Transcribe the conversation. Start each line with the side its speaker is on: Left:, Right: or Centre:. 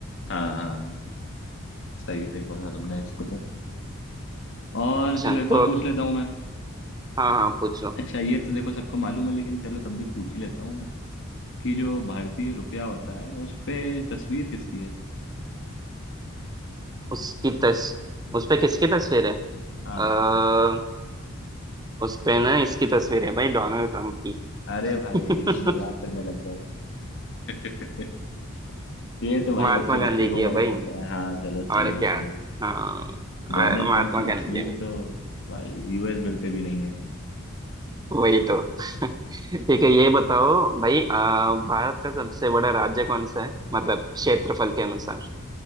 Left: हाँ हाँ सही सही पकड़ा तुमने इसको तो और
Right: अच्छा
Left: चलो एक
Right: तो
Left: और पूछ लेता हूँ मैं
Right: हाँ हाँ पूछो
Left: अच्छा ये तो देखो सबको मालूम है लेकिन चलो तब भी पूछ ही लेता हूँ मैं कि जो भारतीय रुपया होता है उस पे तस्वीर किसकी है
Right: उसकी तस उस पे किसकी तस्वीर है
Left: हाँ
Right: आ, उस पे ना इसकी तस्वीर है भाई डोनाल्ड ट्रंप की
Left: अरे भाई
Right: <laughs>
Left: तुम मजाक करने लग गए <laughs> ये तो भाई
Right: महात्मा
Left: बच्चे
Right: गांधी
Left: बच्चे को
Right: की है
Left: मालूम
Right: भाई
Left: होता है हाँ चलो सही
Right: और
Left: है
Right: क्या
Left: भाई
Right: हाँ आ,
Left: डोनाल्ड
Right: महात्मा
Left: ट्रंप की
Right: गांधी
Left: तस्वीर
Right: की है भाई।
Left: तो भाई यूएस बिल पे भी नहीं है
Right: वही तो <laughs> ठीक है ये बताओ भाई अ, भारत का सबसे बड़ा राज्य कौन सा है मतलब क्षेत्रफल के अनुसार